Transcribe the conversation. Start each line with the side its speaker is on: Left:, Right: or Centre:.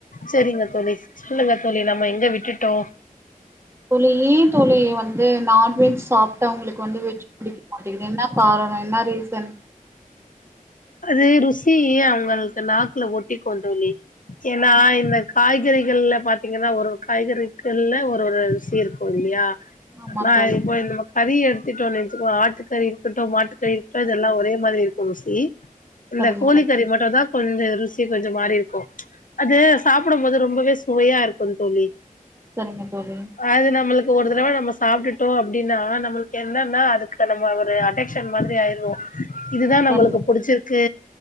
Left: செரிங்க தோழி சொல்லுங்க தோழி நம்ம எங்க விட்டுட்டோ?
Right: தோழி ஏன் தோழி வந்து நான்வெஜ் சாப்ட்டவங்களுக்கு வந்து வெஜ் புடிக்க மாட்டீகுது என்ன கார் என்னா ரீசன்
Left: அது ருசி அவுங்களுக்கு நாக்குல ஒட்டிக்கூந் தோழி. ஏனா இந்த காய்கறிகள்ல பாத்தீங்கன்னா ஒரு ஒரு காய்கறிகள்ல ஒரு ஒரு ருசி இருக்கு இல்லயா
Right: ஆமா
Left: நா
Right: தோழி
Left: இப்போ நம்ம கறி எடுத்துட்டோ வெச்சுக்கோ ஆட்டு கறி எடுத்துட்டோ மாட்டுக்கறி எடுத்துட்டோ இதெல்லா ஒரே மாரி இருக்கு ருசி இந்த
Right: சரிங்க
Left: கோழிக்கறி
Right: தோழி
Left: மட்டுதா கொஞ்சோ ருசி கொஞ்சோ மாறி இருக்கு அது சாப்டும்போது ரொம்பவே சுவையா இரு க்கும் தோழி
Right: சரிங்க தோழி
Left: அது நம்மளுக்கு ஒரு தடவ நம்ம சாப்ட்டுட்டோ அப்டினா நம்மளுக்கு என்னனா அதுக்கு நம்ம ஒரு அடிக் மாதிரி ஆயிருவோ இதுதா நம்மளுக்கு
Right: சரிங்க
Left: புடிச்சிரு
Right: தோழி
Left: க்கு